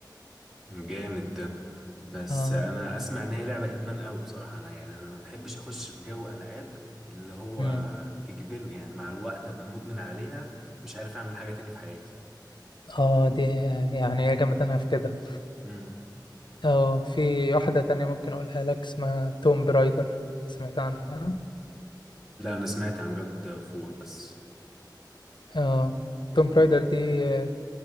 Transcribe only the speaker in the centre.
جامد ده بس
انا اسمع ان هي لعبه ادمان قوي بصراحه انا يعني انا ما بحبش اخش في جو العاب اللي هو
تجبرني يعني مع الوقت ابقى مدمن عليها مش عارف اعمل حاجه تاني في حياتي
امم
لا انا سمعت عن جاد فور بس